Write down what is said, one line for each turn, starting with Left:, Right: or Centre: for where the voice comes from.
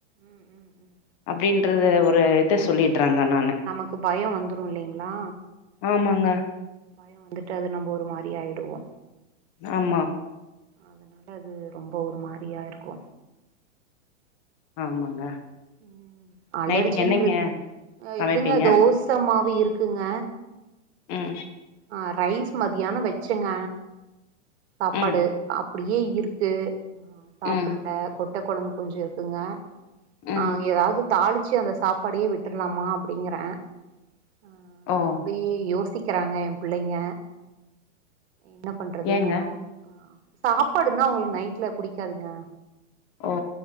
Right: ம் ம் ம்
Left: அப்டின் று ஒரு இத சொல்லிட்றங்க நானு
Right: நமக்கு பயோ வந்துரு இல்லிங்ளா
Left: ஆமாங்க
Right: பயொ வந்துட்டு அது நம்ப ஒரு மாரி ஆயிடுவோ
Left: ஆமா
Right: அதனால அது ரொம்ப ஒரு மாரியா இருக்கூ
Left: ஆமாங்க
Right: ம் அலர்ஜின்றது
Left: நைட்டுக்கு என்னங்க
Right: அ
Left: சமைப்பீங்க
Right: இதுங்க தோசமாவு இருக்குங்க
Left: ம்
Right: ஆ ரைஸ் மதியான வெச்சங்க சாப்பாடு
Left: ம்
Right: அப்டியே இருக்கு சாப்புட்ட
Left: ம்
Right: கொட்ட கொழம்பு கொஞ்சொ இருக்குங்க ஆ
Left: ம்
Right: ஏதாது தாளிச்சி அந்த சாப்பாடயே விட்டுர்லாமா அப்டிங்கிறே ஆ
Left: ஓ
Right: யே யோசிக்கிறாங்க ஏ பிள்ளைங்க என்ன பண்றதுன்
Left: ஏங்க
Right: ஒன்னூ ஆ சாப்பாடுனா அவுங்களுக் நைட்ல புடிக்காதுங்க
Left: ஓ